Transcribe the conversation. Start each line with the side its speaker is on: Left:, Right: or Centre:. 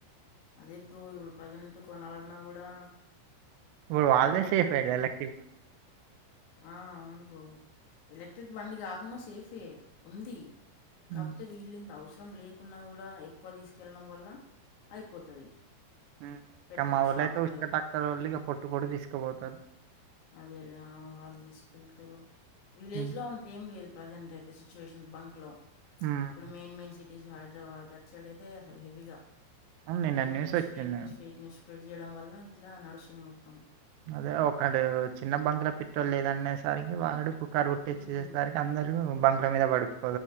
Left: అదే ఇప్పుడు ఇప్పుడు ప్రజెంట్ కొనడినా కూడా
Right: ఇ ఊడు వాళ్ళదే
Left: అందరి దగ్గర
Right: సేఫ్ అయి ఎలా
Left: ఆ అవును బ్రో ఎలక్ట్రిక్ బండి కాకుండా సేఫే ఉంది
Right: హ్మ్.
Left: కాకపోతే వీగిలింది అవసరం లేకున్నా కూడా, ఎక్కువ తీసుకెళ్లడం వల్ల అయిపోతది.
Right: ఉమ్ ఇంక
Left: పెట్రోల్
Right: మా ఓళ్ళయితే
Left: స్టాక్ అనేది
Right: <unintelligible> ఇక పొట్టు పొట్టు తీసుకపోతరు.
Left: అదేలా వాళ్ తీసుకెళ్తరు? విలేజ్
Right: హ్మ్.
Left: లో అంతేం లేదు, ప్రజెంట్ అయిత్ సిచ్చుయేషన్ బంక్ లో
Right: హ్మ్.
Left: ఇప్పుడు Main main cities Hyderabad, outside ఐతే అసలు హెవీగా
Right: అవును. నిన్న
Left: ఫేక్ న్యూస్,
Right: ఒచ్చింది.
Left: ఫేక్ News, fake news. స్ప్రెడ్ చేయడం వల్ల, ఇట్లా నడుస్తుంది మొత్తం.
Right: అదే ఒకడు చిన్న బంక్ ల పెట్రోల్ లేదనేసరికి వాడు. పుకారు పుట్టిచ్చేసరికి
Left: హ్మ్.
Right: అందర్ గా బంక్ ల మీద పడుతుం